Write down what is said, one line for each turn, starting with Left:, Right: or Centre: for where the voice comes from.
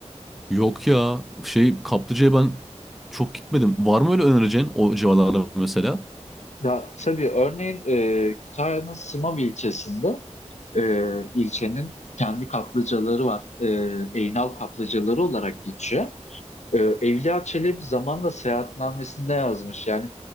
Centre: Yok ya şey Kaplıca'ya ben çok gitmedim. Var mı öyle önereceğin o civarlarda mesela?
Left: Ya tabii örneğin e, Kütahya'nın Simav ilçesinde e, ilçenin kendi kaplıcaları var. E, Eynal kaplıcaları olarak geçiyor. Ee, Evliya Çelebi zamanla seyahatnamesinde yazmış. Yani